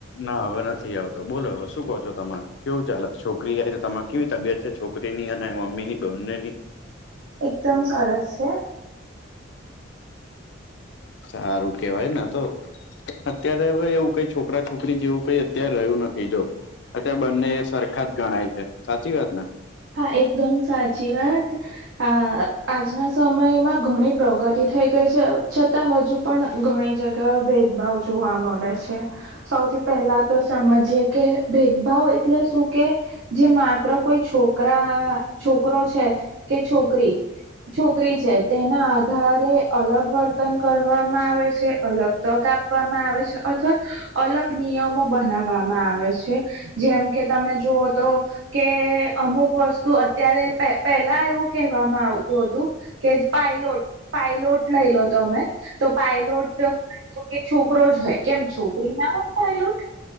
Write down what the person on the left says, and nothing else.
ના હવે નથી આવતો બોલો હવે શું કહો છો તમે કેવું ચાલત છોકરી આઈ તો તમારે કેવી તબિયત? છોકરીની અને મમ્મીની બને ની.
સારું કેવાય ને આ તો. અત્યારે હવે એવું કંઈ છોકરા છોકરી જેવું કઈ અત્યારે રહ્યું નથી જો. અત્યારે બંને એ સરખા જ ગણાય છે સાચી વાત ને?